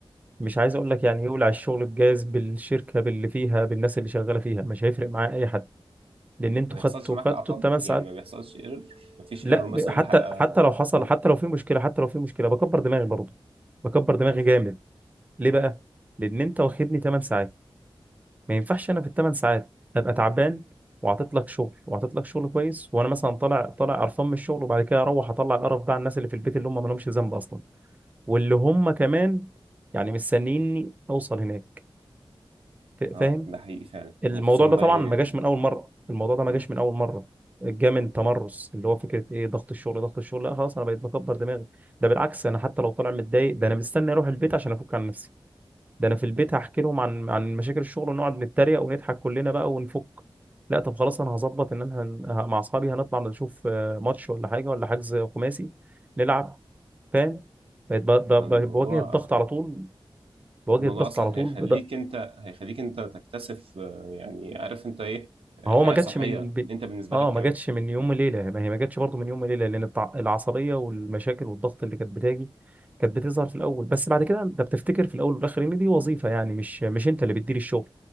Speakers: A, on the right; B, on the right.
A: مش عايز اقول لك يعني يولع الشغل بجاز بالشركه باللي فيها بالناس اللي شغاله فيها مش هيفرق معاه اي حد لان انتوا
B: ما بيحصلش
A: خدتوا
B: معاك
A: خدتوا
B: اعطال
A: الثمان ساعات
B: يعني ما بيحصلش ايرور ما فيش
A: لا
B: ايرور مثلا
A: ب- حتى
B: يلحق آه،
A: حتى لو حصل
B: م-
A: حتى لو في مشكله حتى لو في مشكله بكبر دماغي برضه بكبر دماغي
B: م.
A: جامد ليه بقى لان انت واخدني 8 ساعات ما ينفعش انا في الثمان ساعات ابقى تعبان وعطيت لك شغل وعطيت لك شغل كويس وانا مثلا طالع طالع قرفان من الشغل وبعد كده اروح اطلع القرف ده على الناس اللي في البيت اللي هم ما لهمش ذنب اصلا واللي هم كمان يعني مستنيني اوصل هناك ف-
B: اه
A: فاهم
B: ده حقيقي فعلا
A: الموضوع
B: وخصوصا
A: ده
B: بقى
A: طبعا
B: ايه
A: ما جاش من اول مره الموضوع ده ما
B: م-
A: جاش من اول مره جه من تمرس اللي هو فكره ايه ضغط الشغل ضغط الشغل لا خلاص انا بقيت بكبر دماغي ده بالعكس انا حتى لو طالع متضايق ده انا مستني اروح البيت عشان افك عن نفسي ده انا في البيت
B: م.
A: هحكي لهم عن عن مشاكل الشغل ونقعد نتريق ونضحك كلنا بقى ونفك لا طب خلاص انا هظبط ان انا هن... ه- مع اصحابي هنطلع نشوف آه، ماتش ولا حاجه ولا حجز خماسي نلعب فاهم بقيت ب... ب...
B: يعني
A: ب...
B: الموضوع
A: بواجه الضغط على طول بواجه
B: الموضوع
A: الضغط
B: اصلا
A: على طول
B: هيخليك انت هيخليك انت تكتسب آه، يعني عارف انت ايه آه،
A: ما هو
B: حياة
A: ما جاتش
B: صحية
A: من من-
B: انت بالنسبة
A: اه
B: لك كمان
A: ما جاتش من يوم
B: م-
A: وليله ما هي ما جاتش برضه من يوم وليله لان التع- العصبيه والمشاكل والضغط اللي كانت بتاجي كانت بتظهر في الاول بس بعد كده انت بتفتكر في الاول والاخر ان دي وظيفه يعني مش مش انت اللي بتدير الشغل